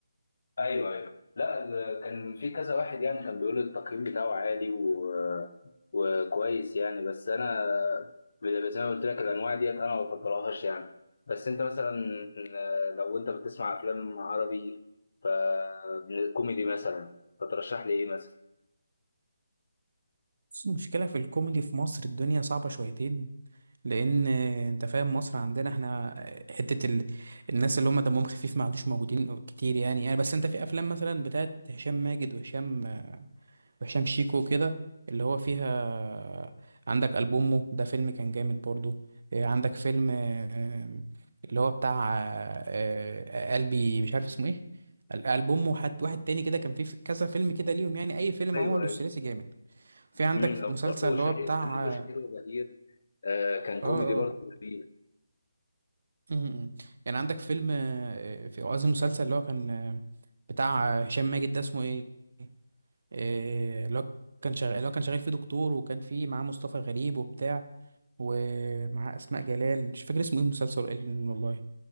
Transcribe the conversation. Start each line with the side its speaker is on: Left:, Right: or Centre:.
Left: ايوه ايوه لا ال- كان في كذا واحد يعني كان بيقول التقييم بتاعه عالي و... وكويس يعني بس انا ب- زي ما قلت لك الانواع ديت انا ما بفضلهاش يعني بس انت مثلا لو انت بتسمع افلام عربي ف كوميدي مثلا فترشح لي ايه مثلا
Right: بس المشكله في الكوميدي في مصر الدنيا صعبه شويتين لان انت فاهم مصر عندنا احنا حته ال... الناس اللي هم دمهم خفيف ما عادوش موجودين كتير يعني يعني بس انت في افلام مثلا بتاعت هشام ماجد وهشام وهشام شيكو كده اللي هو فيها عندك ألبومه ده فيلم كان جامد برضو إيه، عندك فيلم آه، اللي هو بتاع آه، آه، قلبي مش عارف اسمه ايه ال- ألبومه حد واحد تاني كده كان فيه في كذا فيلم كده ليهم يعني أي فيلم
Left: ايوه
Right: عمله
Left: ايوه
Right: الثلاثي جامد في عندك
Left: امم او
Right: مسلسل
Left: برضه
Right: اللي هو
Left: شهير
Right: بتاع
Left: شهير وشهير
Right: اه
Left: وبهير آه كان كوميدي
Right: اه آه،
Left: برضه جميل
Right: م- م. يعني عندك فيلم آه، في قصدي مسلسل اللي هو كان آه، بتاع هشام ماجد ده اسمه ايه إيه، اللي هو كان شغال اللي هو كان شغال فيه دكتور وكان فيه معاه مصطفى غريب وبتاع ومعاه اسماء جلال مش فاكر اسمه ايه المسلسل إيه والله